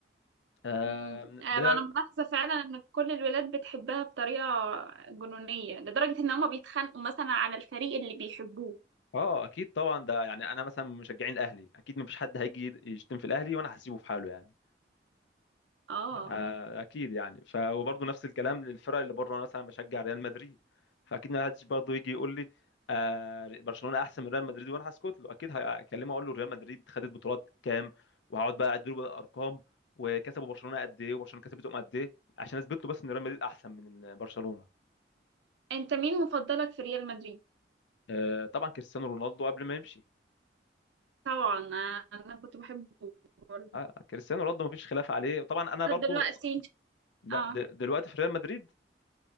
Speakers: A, on the left; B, on the right.
A: آه
B: امم انا
A: بنلعب
B: ملاحظه فعلا ان كل الولاد بتحبها بطريقه جنونيه لدرجه ان هما بيتخانقوا مثلا على الفريق اللي بيحبوه
A: اه اكيد طبعا ده يعني انا مثلا مشجعين الاهلي اكيد مفيش حد هيجي يشتم في الاهلي وانا هسيبه في حاله يعني
B: اه
A: آه اكيد يعني ف وبرضه نفس الكلام للفرق اللي بره انا مثلا بشجع ريال مدريد فاكيد ما حدش برضه يجي يقول لي آه برشلونه احسن من ريال مدريد وانا هسكت له اكيد هكلمه اقول له ريال مدريد خدت بطولات كام وهقعد بقى اديله بقى الارقام وكسبوا برشلونه قد ايه وبرشلونه كسبتهم قد ايه عشان اثبت له بس ان ريال مدريد احسن من برشلونه
B: انت مين مفضلك في ريال مدريد
A: آه طبعا كريستيانو رونالدو قبل ما يمشي
B: طبعا انا أنا كنت بحبه برضه.
A: آه، كريستيانو رونالدو مفيش خلاف عليه طبعا انا
B: طب
A: برضو
B: دلوقتي
A: لا
B: اه
A: د- دلوقتي في ريال مدريد